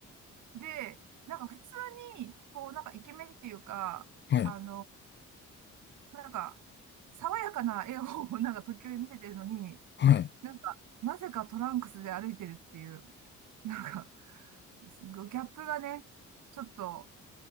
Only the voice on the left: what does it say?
はい、
はい。